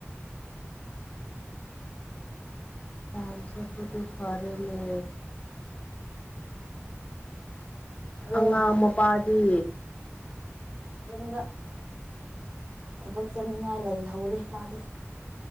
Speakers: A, on the left (about 25°); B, on the right (about 25°).
A: ꯐꯥꯝ ꯆꯠꯄꯗꯨꯨ ꯐꯥꯔꯦꯅꯦ
B: ꯑꯗꯣ
A: ꯑꯉꯥꯡ ꯃꯄꯥꯗꯤ
B: ꯌꯨꯝꯗ ꯊꯕꯛ ꯆꯠꯅꯤꯡꯉꯥꯏ ꯂꯩꯍꯧꯔꯦ ꯃꯥꯗꯤ